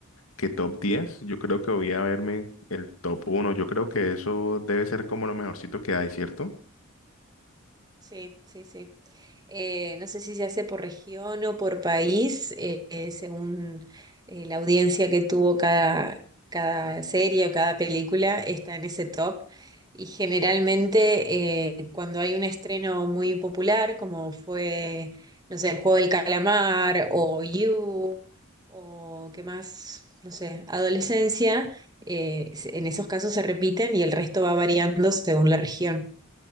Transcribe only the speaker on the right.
Sí, sí, sí. Eh, no sé si se hace por región o por país, eh, eh, según eh, la audiencia que tuvo cada, cada serie o cada película, está en ese top. Y generalmente eh, cuando hay un estreno muy popular, como fue, no sé, El Juego del Calamar o You, o qué más, no sé, Adolescencia, eh, en esos casos se repiten y el resto va variando según la región.